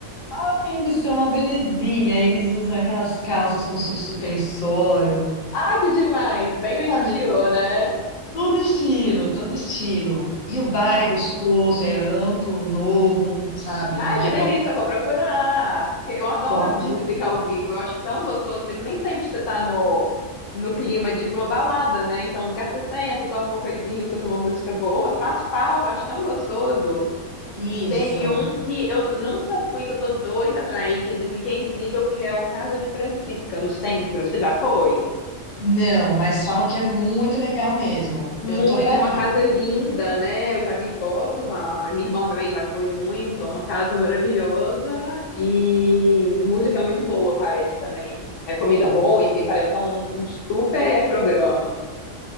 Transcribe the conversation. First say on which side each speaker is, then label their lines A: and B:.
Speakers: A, on the left; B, on the left.
A: Ai, Eles são uma belezinha, e eles usam aquelas calças com sub- suspensório.
B: Ai, que demais! Bem no
A: Sabe?
B: estilo, né?
A: Todo estilo, todo estilo. E o bar
B: Ah,
A: é gostoso, é amplo, novo, sabe?
B: Ai,
A: Não é
B: que
A: igual.
B: delícia! Eu vou procurar, porque eu adoro
A: Pode
B: música
A: ir.
B: ao vivo. Eu acho tão gostoso, mas nem sempre você tá no, no clima de ir pra uma balada, né? Então, um lugar que você senta, toma uma coisinha, escuta uma música boa, faz falta, eu acho tão gostoso.
A: Isso.
B: Tem um que eu nunca fui, que eu tô doida pra ir, que dizem que é incrível, que é o Casa de Francisca, no centro. Você já foi?
A: Não, mas falam que é muito legal mesmo.
B: Muito,
A: Eu tô pra
B: é uma casa
A: ir.
B: linda, né? Eu já vi fotos, a minha irmã também já foi muito, é uma casa maravilhosa e música é muito boa, parece também. É comida boa, enfim, parece que é um um super programa.